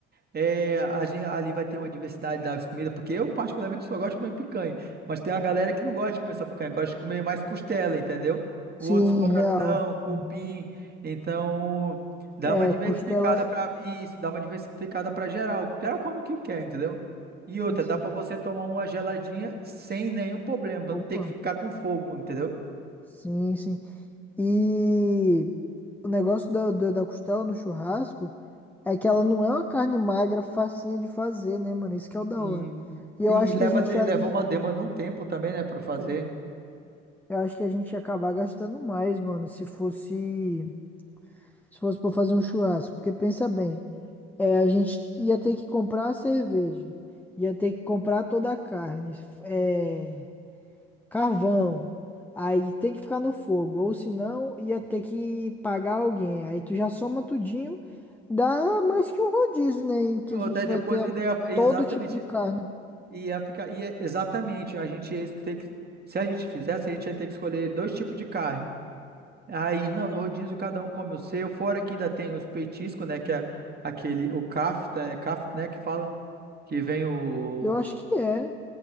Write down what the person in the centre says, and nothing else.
Sim,
real.
Uhum.
É,
costela.
Sim,
sim.
Opa.
Sim, sim. E o negócio da, da, da costela no churrasco é que ela não é uma carne magra, facinha de fazer, né, mano? Isso que é o da
hora. E
eu acho
que a gente
já.
e- Eu acho que a gente ia acabar gastando mais, mano, se fosse se fosse para fazer um churrasco, porque pensa bem, é, a gente ia ter que comprar a cerveja, ia ter que comprar toda a carne, é, carvão, aí tem que ficar no fogo, ou senão ia ter que pagar alguém. Aí tu já soma tudinho, dá mais que um rodízio, né, em
que a
gente
vai ter a-
todo
tipo de carne.
Eu acho que é.